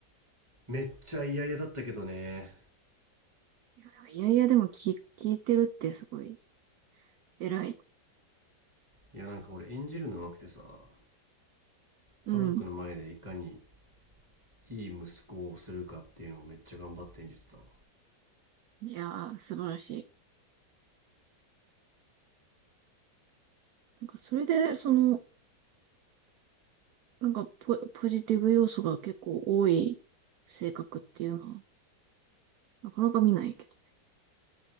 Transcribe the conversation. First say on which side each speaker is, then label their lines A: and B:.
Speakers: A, on the right; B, on the right.
A: めっちゃ嫌々だったけどね
B: いや、でもいやいやでも聞、聞いてるってすごい偉い。
A: いやなんか俺演じるの上手くてさ
B: うん。
A: 家族の前でいかにいい息子をするかっていうのをめっちゃ頑張って演じてたわ
B: いやー、素晴らしい。なんかそれで、その、なんかポ、ポジティブ要素が結構多い性格っていうのは、なかなか見ないけど。